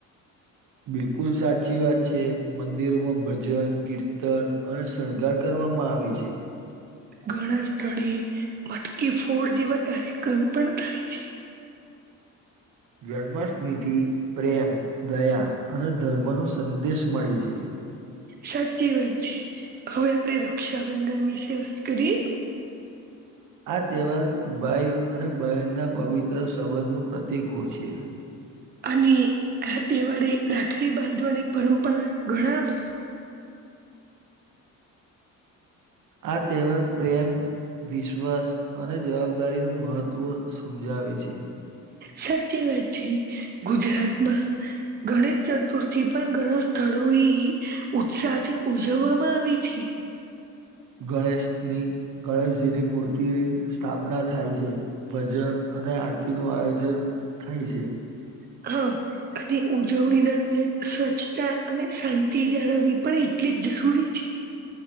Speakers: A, on the right (about 75°); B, on the right (about 30°).
A: બિલકુલ સાચી વાત છે મંદિરોમાં ભજન કીર્તન અને શણગાર કરવામાં આવે છે
B: ઘણા સ્થળે મટકી ફોડ જેવા કાર્યક્રમ પણ થાય છે
A: જન્માષ્ટમીથી પ્રેમ દયા અને ધર્મ નો સંદેશ મળે છે
B: સાચી વાત છે હવે આપડે રક્ષાબંધન વિશે વાત કરીએ?
A: આ તહેવાર ભાઈ અને બહેનના પવિત્ર સંબંધનું પ્રતિક હો છે
B: અને આ તહેવારે રાખડી બાંધવાની પરંપરા ઘણા વર્ષ
A: આ તેહેવર પ્રેમ વિશ્વાસ અને જવાબદારી નું મહત્વ સમજાવે છે
B: સાચી વાત છે ગુજરાતમાં ગણેશ ચ તુરથી પણ ઘણા સ્થળો ઉત્સાહ થી ઉજવવામાં આવી હતી
A: ગણેશની ગણેશજીની મૂર્તિની સ્થાપના થાય છે ભજન અને આરતી નું આયોજન થાય છે
B: હા અને ઉજવણી દરમિયાન સ્વચ્છતા અને શાંતિ જાળવવી પણ એટલી જ જરૂરી છે